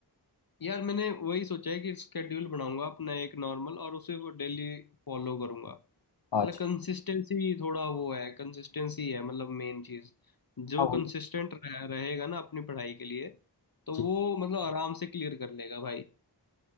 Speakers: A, on the left; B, on the left.
A: यार मैंने वही सोचा है कि स्केड्यूल बनाऊंगा अपना एक नॉर्मल और उसे वो डेली फॉलो करूंगा मतलब
B: अच्छा
A: कंसिस्टेंसी थोड़ा वो है कंसिस्टेंसी है मतलब मेन चीज जो
B: हाँ वो
A: कंसिस्टेंट रह, रहेगा ना अपनी पढ़ाई के लिए तो
B: जी,
A: वो मतलब आराम से क्लियर कर लेगा भाई